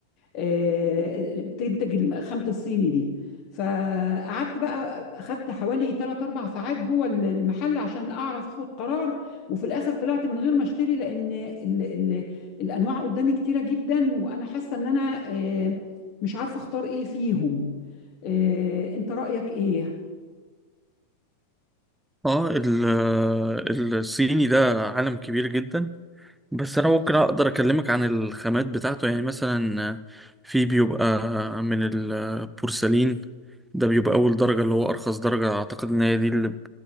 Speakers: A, on the left; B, in the centre.
A: آه، بتنتج الم- خامة الصيني دي فقعدت بقى اخدت حوالي 3 4 ساعات جوه ال- المحل عشان اعرف اخد قرار وفي الاخر طلعت من غير ما اشتري لان ال ال الانواع قدامي كتيرة جدا وانا حاسة ان انا آه، مش عارفة اختار ايه فيهم آه، انت رأيك ايه؟
B: اه ال- الصيني ده عالم كبير جدا بس انا ممكن اقدر اكلمك عن الخامات بتاعته يعني مثلا في بيبقى من البورسلين ده بيبقى اول درجة اللي هو ارخص درجة اعتقد ان هي دي اللي ب